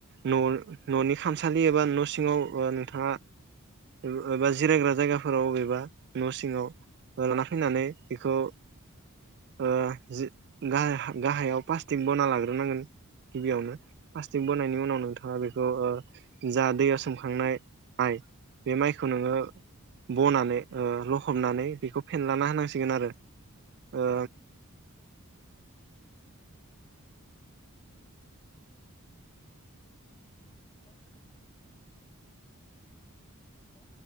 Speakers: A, on the right; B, on the left.
A: न' न'नि खामसालि एबा न' सिङाव नोंथाङा बबेबा जिरायग्रा जायगाफोराव बबेबा न' सिङाव लाना फैनानै बेखौ ओ जि गाहाय ओ गाहायाव प्लास्टिक बना लाग्रोनांगोन गिबियावनो प्लास्टिक बनायनि उनाव नोंथाङा बेखौ ओ जा दैयाव सोमखांनाय माय बे माइखौ नोंङो
B: औ
A: बनानै ओ लखबनानै बेखौ फेनलाना होनांसिगोन आरो ओ
B: औ। हेल' नोंथां। हेलौ।